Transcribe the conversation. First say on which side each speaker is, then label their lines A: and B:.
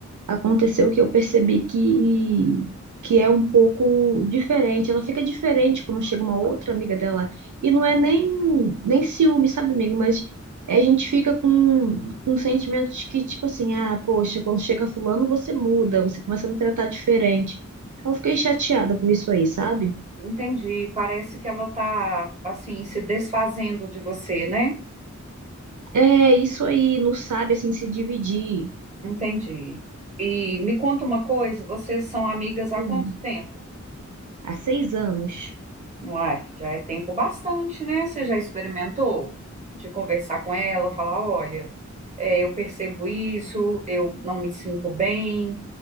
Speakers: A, on the right; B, on the right.
A: aconteceu que eu percebi que que é um pouco diferente. Ela fica diferente quando chega uma outra amiga dela e não é nem nem ciúme, sabe, amigo, mas a gente fica com, com sentimentos que, tipo assim, ah, poxa, quando chega fulano, você muda, você começa a me tratar diferente. Eu fiquei chateada com isso aí, sabe?
B: entendi. Parece que ela tá assim se desfazendo de você, né?
A: É, isso aí, não sabe, assim, se dividir.
B: Entendi. E me conta uma coisa, vocês são amigas há
A: Hum,
B: quanto tempo?
A: há seis anos.
B: Uai, já é tempo bastante, né? Você já experimentou de conversar com ela, falar, olha, é, eu percebo isso, eu não me sinto bem,